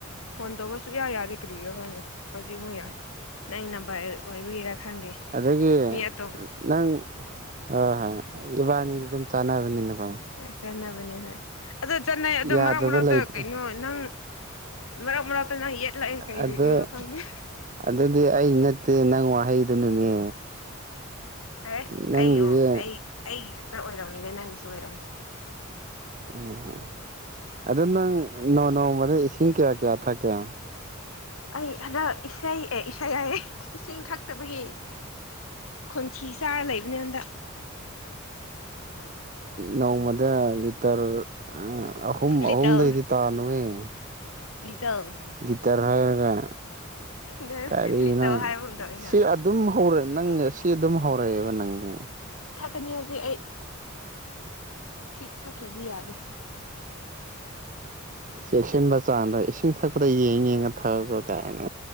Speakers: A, on the left (about 80°); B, on the right (about 40°).
A: ꯐꯣꯟ ꯇꯧꯕꯁꯨ ꯌꯥ ꯌꯥꯗꯦ ꯀ꯭ꯔꯤꯔꯣ ꯈꯪꯗꯦ ꯍꯧꯖꯤꯛꯐꯛ ꯌꯥꯏ ꯅꯪ ꯅꯝꯕꯔ ꯑꯣꯏꯕꯒꯤꯔꯥ ꯈꯪꯗꯦ
B: ꯑꯗꯒꯤ
A: ꯃꯤ ꯑꯇꯣꯞꯄ
B: ꯅꯪ ꯍꯣꯏ ꯍꯣꯏ ꯏꯕꯥꯅꯤꯗ ꯑꯗꯨꯝ ꯆꯥꯟꯅꯕꯅꯤꯅꯀꯣ
A: ꯑꯦ ꯆꯠꯅꯕꯅꯦ ꯍꯣꯏ ꯑꯗꯨ ꯆꯠꯅꯩ ꯑꯗ
B: ꯌꯥꯗꯕ
A: ꯃꯔꯛ ꯃꯔꯛꯇ
B: ꯂꯩꯇꯦ
A: ꯀꯩꯅꯣ ꯅꯪ ꯃꯔꯛ ꯃꯔꯥꯛꯇ ꯅꯪ ꯌꯦꯠꯂꯛꯑꯦ ꯀꯔꯤꯒꯤꯔ
B: ꯑꯗꯨ
A: ꯈꯪꯗꯦ
B: ꯑꯗꯨꯗꯤ ꯑꯩ ꯅꯠꯇꯦ ꯅꯪ ꯋꯥꯍꯩꯗꯨꯅꯅꯦ
A: ꯍꯦ
B: ꯅꯪꯒꯤꯁꯦ
A: ꯑꯩꯒꯤ ꯑꯩ ꯑꯩꯒꯤ ꯈꯛꯇ ꯑꯣꯏꯔꯝꯃꯤꯗ ꯅꯪꯒꯤꯁꯨ ꯑꯣꯏꯔꯝꯃꯤꯁꯦ
B: ꯎ ꯑꯗ ꯅꯪ ꯅꯣꯡ ꯅꯣꯡꯃꯗ ꯏꯁꯤꯡ ꯀꯌꯥ ꯀꯌꯥ ꯊꯛꯀꯦ
A: ꯑꯩ ꯍꯗ ꯏꯁꯩ ꯑꯦ ꯏꯁꯩ ꯍꯌꯦ ꯏꯁꯤꯡ ꯊꯛꯇꯕꯒꯤ ꯈꯣꯟꯊꯤ ꯆꯥꯔ ꯂꯩꯕꯅꯤ ꯍꯟꯗꯥ
B: ꯅꯣꯡꯃꯗ ꯂꯤꯇꯔ ꯑꯍꯨꯝ
A: ꯂꯤꯇꯜ
B: ꯑꯍꯨꯝꯗꯒꯤꯗꯤ ꯇꯥ <unintelligible>
A: ꯂꯤꯇꯜ
B: ꯒꯤꯇꯔ ꯍꯥꯏꯦꯒ
A: ꯅꯪ
B: ꯀꯔꯤꯅ
A: ꯂꯤꯇꯜ ꯍꯥꯏꯕꯒꯨꯝ ꯇꯧꯋꯤꯅ
B: ꯁꯤ ꯑꯗꯨꯝ ꯍꯧꯔ ꯅꯪ ꯁꯤ ꯑꯗꯨꯝ ꯍꯧꯔꯛꯑꯦꯕ ꯅꯪꯁ
A: ꯊꯛꯀꯅꯤ ꯍꯧꯖꯤꯛ ꯑꯩ ꯁꯤ ꯊꯛꯇ꯭ꯔꯗꯤ ꯌꯥꯗꯦ
B: ꯆꯦꯛꯁꯤꯟꯕ ꯆꯥꯡꯗ ꯏꯁꯤꯡ ꯊꯛꯄꯗ ꯌꯦꯡ ꯌꯦꯡꯉ ꯊꯛꯑꯒ ꯀꯥꯏꯅ